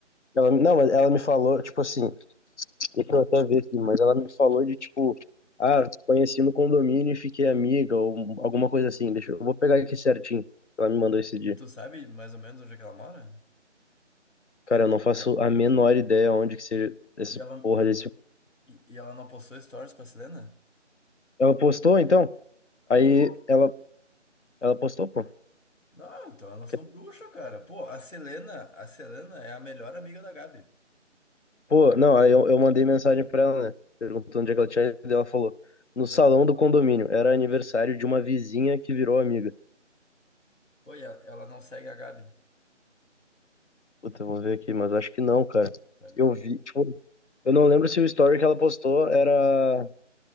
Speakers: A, on the left; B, on the left.
A: ela, não, mas ela me falou, tipo assim, deixa eu até ver aqui, mas ela me falou de, tipo, ah, conheci no condomínio e fiquei amiga, ou alguma coisa assim. Deixa eu, eu vou pegar aqui certinho. Ela me mandou esse dia.
B: E tu sabe mais ou menos onde é que ela mora?
A: Cara, eu não faço a menor ideia onde que seja esse
B: E ela,
A: porra desse.
B: e, e ela não postou stories pra Selena?
A: Ela postou, então? Aí
B: Pô,
A: ela, ela postou, pô.
B: não, então elas
A: Que-
B: são bruxas, cara. Pô, a Selena, a Selena é a melhor amiga da Gabi.
A: Pô, não, aí eu, eu mandei mensagem pra ela, né? Perguntando onde é que ela tinha ido. e Ela falou, no salão do condomínio. Era aniversário de uma vizinha que virou amiga.
B: Pô, e a- ela não segue a Gabi. no
A: Puta, eu vou ver aqui, mas acho que não, cara.
B: Instagram.
A: Eu vi, tipo, eu não lembro se o story que ela postou era.